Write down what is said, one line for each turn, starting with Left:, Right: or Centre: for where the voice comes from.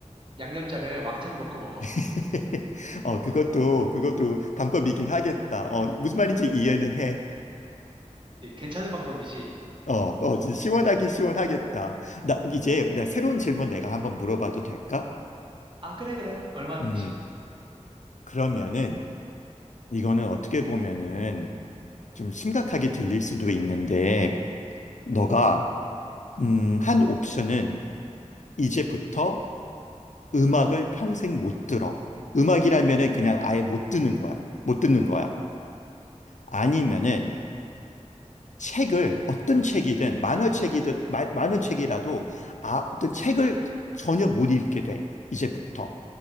Right: 양념장을 왕창 넣고 먹어.
Left: <laughs> 어, 그것도, 그것도 방법이긴 하겠다. 어, 무슨 말인지 이해는 해.
Right: 이게 괜찮은 방법이지.
Left: 어, 어, 진짜 시원하긴 시원하겠다. 나, 이제,
Right: 음.
Left: 나 새로운 질문 내가 한번 물어봐도 될까?
Right: 아, 그래, 그래. 얼마든지.
Left: 음, 그러면은, 이거는 어떻게 보면은 좀 심각하게 들릴 수도 있는데, 너가, 음, 한 옵션은 이제부터 음악을 평생 못 들어. 음악이라면은 그냥 아예 못 듣는 거야. 못 듣는 거야. 아니면은 책을 어떤 책이든 만화책이든 마, 만화책이라도 아, 어떤 책을 전혀 못 읽게 돼. 이제부터.